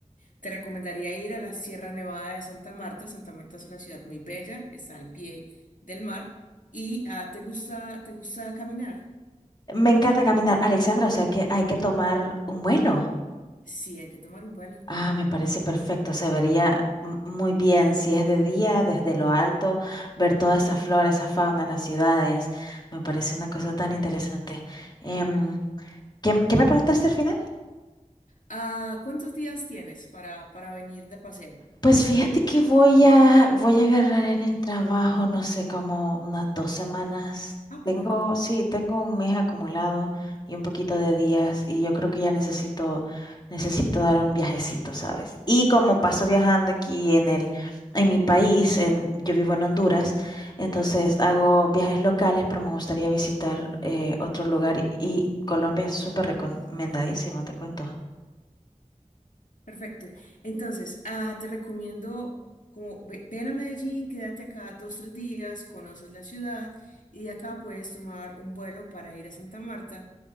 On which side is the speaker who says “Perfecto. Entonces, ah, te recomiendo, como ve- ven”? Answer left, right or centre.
Left